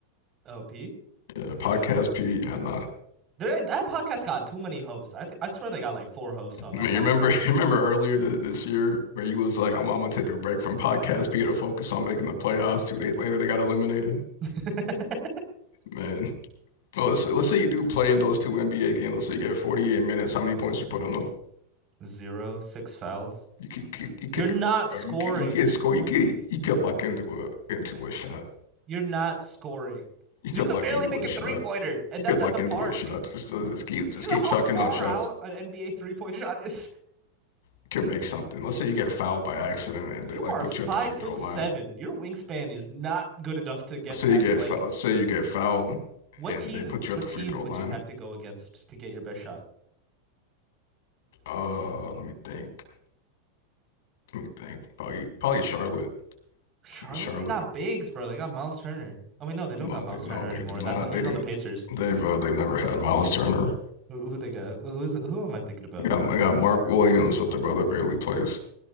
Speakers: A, on the right (about 20°); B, on the left (about 65°).
A: Oh, P
B: Yeah,
A: PG.
B: podcast P and uh,
A: There, that podcast got too many hosts. I th I swear they got like four hosts on
B: Man,
A: that podcast.
B: you remember <laughs> you remember earlier th this year where you was like, I'm, I'm gonna take a break from podcast, be able to focus on making the playoffs. Two days later, they got eliminated.
A: <laughs>
B: Man, well,
A: Yeah.
B: let's say, let's say you do play in those two NBA games. Let's say you get 48 minutes. How many points you putting up?
A: Zero, six fouls.
B: You could you could you could,
A: You're not scoring.
B: or you could, you could score. You could you could luck into a into a shot.
A: You're not scoring.
B: You could
A: You could
B: luck
A: barely
B: into
A: make
B: a shot.
A: a three pointer, and
B: You could
A: that's
B: luck
A: at the
B: into
A: park.
B: a shot. Just uh, just keep just
A: Do you
B: keep
A: know how
B: chucking
A: far
B: up shots.
A: out an NBA three point shot is?
B: You can make something. Let's say you get fouled by accident and
A: You
B: they like
A: are
B: put
A: five
B: you at the free
A: foot
B: throw line.
A: seven. Your wingspan is not good enough to get
B: Say
A: past
B: you get
A: like
B: fouled, say you get fouled,
A: what
B: and
A: team
B: they put you
A: what
B: at the
A: team
B: free throw
A: would
B: line.
A: you have to go against to get your best shot?
B: Uh, let me think. Let me think. Probably, probably Charlotte.
A: Charlotte,
B: Like Charlotte.
A: they got bigs, bro. They got Miles Turner. I mean, no, they don't
B: No,
A: got Miles
B: they no,
A: Turner
B: they
A: anymore.
B: do not.
A: That's not, he's
B: They didn't.
A: on the Pacers.
B: They've uh, they've never had Miles Turner.
A: Who, who they got? Who's who am I thinking about?
B: I got, they got Mark Williams, but the brother barely plays.